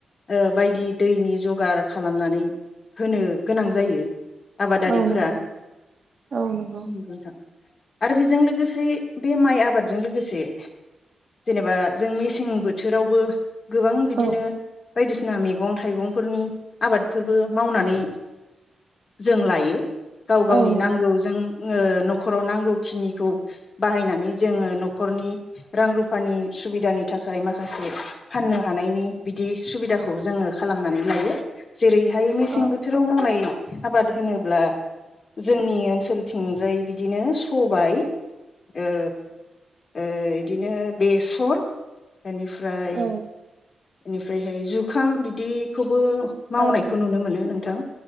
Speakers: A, on the left (about 50°); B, on the right (about 50°).
A: ओ बायदि दैनि जगार खालामनानै होनो गोनां जायो। आबादारिफोरा
B: औ नोंगौ औ नोंगौ
A: नंगौ आरो बेजों लोगोसे बे माइ आबादजों लोगोसे जेनेबा जों मेसें बोथोरावबो गोबां बिदिनो
B: औ
A: बायदिसिना मैगं थाइगंफोरनि आबादफोरबो मावनानै जों लायो। गाव गावनि
B: औ नंगौ
A: नांगौजों जोंङो न'खराव नांगौ खिनिखौ बाहायनानै जोङो न'खरनि रां रुफानि सुबिदानि थाखाय माखासे फाननो हानायनि बिदि सुबिदाखौ जोङो खालामनानै लायो। जेरैहाय मेसें
B: औ
A: बोथोराव मावनाय आबाद होनोब्ला जोंनि ओनसोल थिंजाय बिदिनो सबाय ओ ओ इदिनो बेसर ओनिफ्राय
B: औ
A: इनिफ्रायहाय जुखाम बिदिखौ बो मावनायखौ
B: औ
A: नुनो मोनो नोंथां